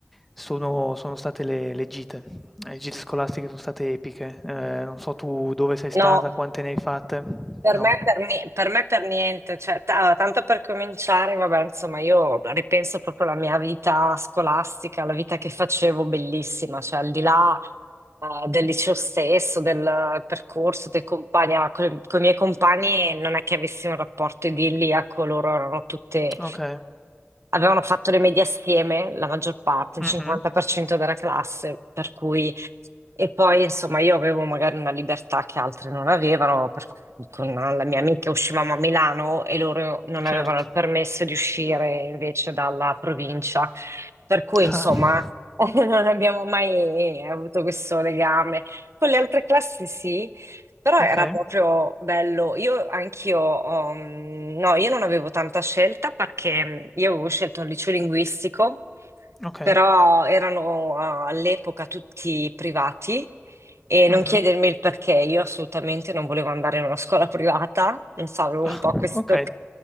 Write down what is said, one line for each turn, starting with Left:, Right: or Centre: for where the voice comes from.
Centre: sono, sono state le, le gite, le gite scolastiche sono state epiche, Eh, non so tu dove sei stata,
Right: No.
Centre: quante ne hai fatte,
Right: Per
Centre: no,
Right: me, per, ni- per me per niente, cioè, t- allora, tanto per cominciare, vabbè, insomma, io ripenso proprio alla mia vita scolastica, la vita che facevo bellissima, cioè al di là eh, del liceo stesso, del percorso, dei compagni, con, i miei compagni non è che avessi un rapporto idilliaco, loro erano tutte
Centre: ok,
Right: Avevano fatto le medie assieme, la maggior parte, il
Centre: Mhm.
Right: 50% della classe, per cui... E poi, insomma, io avevo magari una libertà che altre non avevano, per cui con la mia amica uscivamo a Milano e loro non
Centre: certo,
Right: avevano il permesso di uscire invece dalla provincia. Per cui,
Centre: <laughs>
Right: insomma,
Centre: ah,
Right: <laughs> non abbiamo mai avuto questo legame. Con le altre classi sì, però
Centre: ok,
Right: era proprio bello. Io anch'io, ho, mm, no, io non avevo tanta scelta perché mm, io avevo scelto un liceo linguistico,
Centre: ok,
Right: però erano ah, all'epoca tutti privati e non
Centre: Mhm.
Right: chiedermi il perché, io assolutamente non volevo andare in una scuola privata, non so, avevo
Centre: Ah,
Right: un po'
Centre: <laughs>
Right: questo,
Centre: ok,